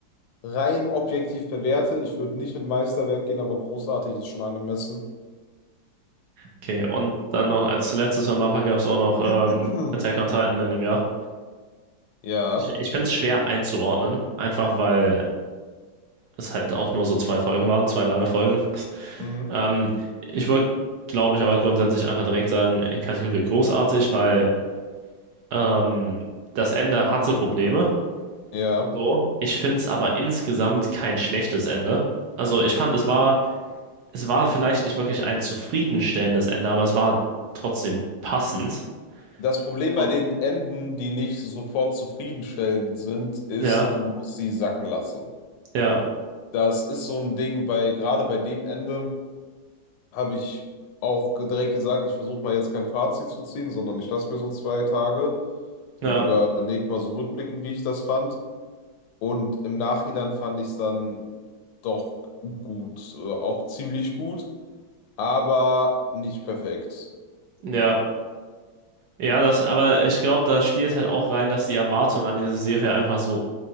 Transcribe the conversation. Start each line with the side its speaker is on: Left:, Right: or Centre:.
Left: rein objektiv bewerte, ich würde nicht in Meisterwerk gehen, aber großartig ist schon angemessen.
Right: Okay, und dann noch als letztes von Mappa gab es auch noch
Left: <clears throat>
Right: ähm, Attack on Titan in dem Jahr.
Left: Ja.
Right: Ich, ich finde es schwer einzuordnen, einfach weil es halt auch nur so zwei Folgen waren, zwei lange Folgen.
Left: Mhm.
Right: Ähm, ich würde, glaube ich, aber grundsätzlich einfach direkt sagen, in Kategorie großartig, weil ähm, das Ende hatte Probleme.
Left: Ja.
Right: so. Ich finde es aber insgesamt kein schlechtes Ende. Also ich fand, es war, es war vielleicht nicht wirklich ein zufriedenstellendes Ende, aber es war trotzdem passend.
Left: Das Problem
Right: Und
Left: bei den Enden, die nicht sofort zufriedenstellend sind, ist,
Right: ja,
Left: du musst sie sacken lassen.
Right: ja,
Left: Das ist so ein Ding bei, gerade bei dem Ende habe ich auch direkt gesagt, ich versuche mal jetzt kein Fazit zu ziehen, sondern ich lasse mir so zwei Tage und
Right: ja,
Left: überlege mal so rückblickend, wie ich das fand. Und im Nachhinein fand ich es dann doch gut, äh, auch ziemlich gut, aber nicht perfekt.
Right: ja. Ja, das, aber ich glaube, da spielt halt auch rein, dass die Erwartungen an diese Serie einfach so